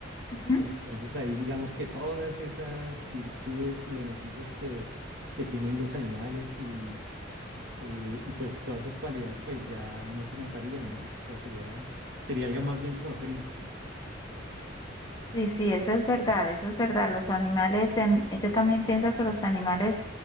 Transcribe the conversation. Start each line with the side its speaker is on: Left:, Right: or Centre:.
Left: Ujú.
Right: Entonces ahí digamos que todas esas virtudes y beneficios que, que tienen los animales y, eh, y pues todas esas cualidades pues ya no se notarían, ¿no? O sea, sería, sería algo más bien como triste.
Left: Sí, sí, eso es verdad, eso es verdad. Los animales, en, yo también pienso que los animales